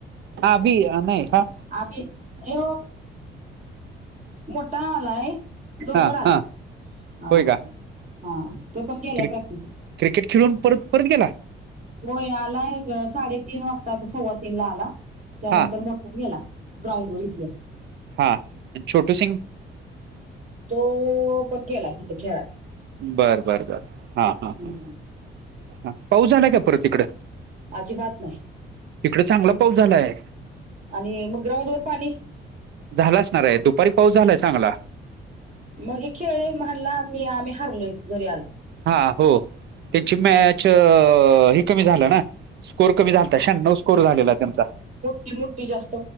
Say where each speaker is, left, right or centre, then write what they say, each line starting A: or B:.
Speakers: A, on the right (about 65°); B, on the right (about 40°).
A: हा बी नाही ह
B: अभी ये मोठा आलाय लोकर
A: हा
B: आला
A: हा
B: हा
A: होय का
B: हा तो पण केलाय
A: क्रि
B: प्रॅक्टिसला
A: क्रिकेट खेळून परत परत गेला
B: होय आलाय साडेतीीन वाजता सव्वा तीन ला आला त्यानंतर
A: हा
B: मोठा याला ग्राउंड वरच या
A: हा छोटो सिंग
B: तो पण केला किथ खेळाय
A: बरं बर बर हा हा
B: हम्म.
A: ह हा पाऊ झालाय का परत तिकडं
B: अजी बात नाही
A: चांगला पाऊस झालाय
B: आणि मग ग्राउंड वर पाणी
A: झाला असणार आहे दुपारी पाऊस झालाय चांगला
B: मग खेळ म्हणला आम्ही आम्ही हारलोय घरी आला
A: हा हो त्याची मॅच ह कमी झालं ना स्कोर कमी झालता शहाण्णव स्कोर झालेला त्यांचा
B: ती मुठी जास्त